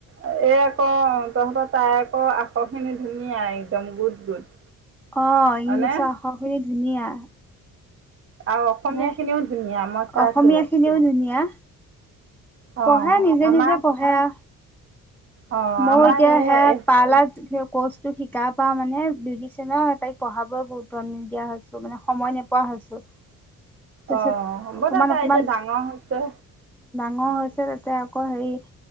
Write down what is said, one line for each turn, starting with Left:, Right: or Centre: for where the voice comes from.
Right: এই আকৌ তহঁতৰ তাই আকৌ আখৰ খিনি ধুনীয়া একদম গুড গুড।
Centre: অঁ ইংলিছৰ
Right: হয়নে
Centre: আখৰ খিনি ধুনীয়া
Right: আৰু অসমীয়া
Centre: হে
Right: খিনিও ধুনীয়া মই চাইছো
Centre: অসমীয়া খিনিও ধুনীয়া।
Right: অ
Centre: পঢ়ে নিজে
Right: আমাৰ
Centre: নিজে পঢ়ে আ
Right: অ
Centre: মই
Right: আমাৰ
Centre: এতিয়াহে
Right: এই
Centre: পা লাত কৰ্চটো শিকা পা মানে বিউটিচিয়নৰ তাইক পঢ়াবলৈ গুৰুত্ব নিদিয়া হৈছো মানে সময় নোপোৱা হৈছো। তাৰপিছত
Right: অ অ হ'ব
Centre: অকমান
Right: দে তাই
Centre: অকমান
Right: এতিয়া ডাঙৰ হৈছে
Centre: ডাঙৰ হৈছে তাতে আকৌ হেই,